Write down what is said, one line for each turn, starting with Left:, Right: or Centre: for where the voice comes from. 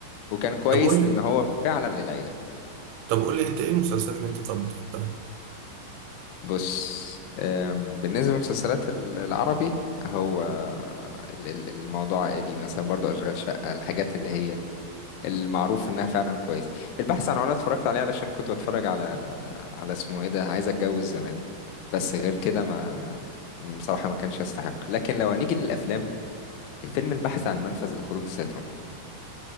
Left: وكان كويس
Right: طب قول
Left: لان
Right: لي
Left: هو فعلا للعيله
Right: طب قول لي انت ايه المسلسلات اللي انت طب بتحبها
Left: بص أم، بالنسبه للمسلسلات ال- العربي هو ال- ال- الموضوع عائلي مثلا برضو اشغال شقه الحاجات اللي هي ال- المعروف انها فعلا كويس البحث عن عمارة اتفرجت عليه علشان كنت بتفرج على على اسمه ايه ده عايز اتجوز زمان بس غير كده ما بصراحه ما كانش يستحق لكن لو هنيجي للافلام الفيلم البحث عن منفذ لخروج السيد رامبو